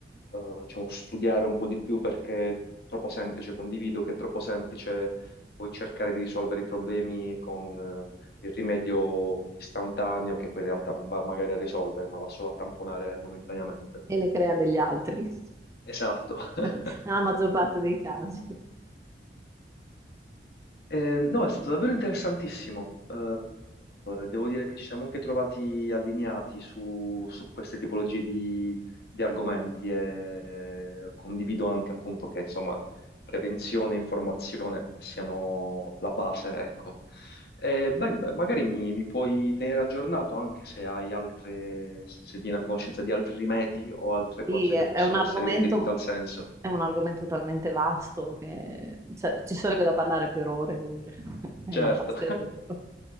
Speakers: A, on the left (about 60°); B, on the right (about 15°).
A: eh, diciamo, studiare un po' di più perché è troppo semplice, condivido che è troppo semplice poi cercare di risolvere i problemi con eh, il rimedio istantaneo che poi in realtà non va magari a risolvere, ma va solo a tamponare momentaneamente.
B: e ne crea degli altri,
A: Esatto. <laughs>
B: <laughs> nella maggior parte dei casi.
A: Eh, no, è stato davvero interessantissimo. Eh, devo dire che ci siamo anche trovati allineati su, su queste tipologie di, di argomenti e condivido anche appunto che insomma prevenzione e informazione siano la base, ecco. Eh, beh, magari mi, mi puoi tenere aggiornato anche se hai altre, se se vieni a conoscenza di altri rimedi o altre
B: Sì,
A: cose
B: è
A: che possono
B: è un argomento,
A: essere utili in tal senso.
B: è un argomento talmente vasto che cioè, ci sarebbe da parlare per ore e ore <laughs> e
A: Certo.
B: non basterebbero.